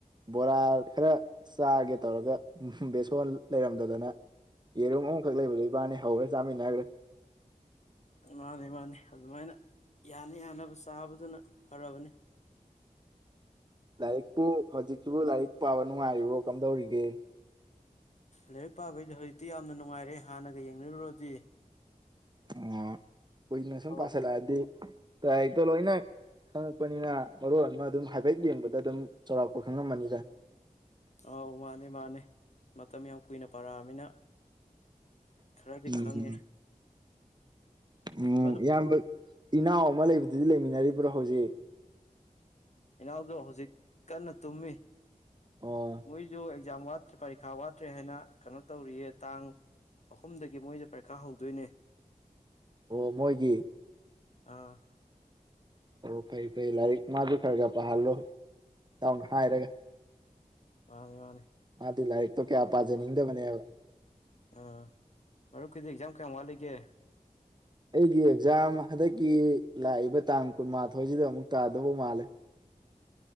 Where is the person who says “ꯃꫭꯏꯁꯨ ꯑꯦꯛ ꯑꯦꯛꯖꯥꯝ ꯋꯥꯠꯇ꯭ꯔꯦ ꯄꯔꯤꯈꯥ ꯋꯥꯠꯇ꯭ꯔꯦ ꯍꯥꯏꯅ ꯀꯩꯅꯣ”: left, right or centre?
Left